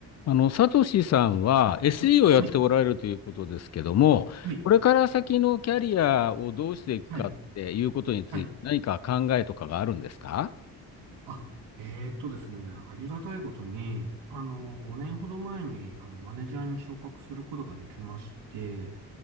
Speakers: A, on the left (about 40°); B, on the right (about 70°).
A: あの、サトシさんは SE をやっておられるということですけども、
B: はい、はい、
A: これから先のキャリアをどうしていくかっていうことについて何か考えとかがあるんですか
B: はい、はい。あ、えーっとですね、ありがたいことに、あの、5年ほど前に、あの、マネージャーに昇格することができまして、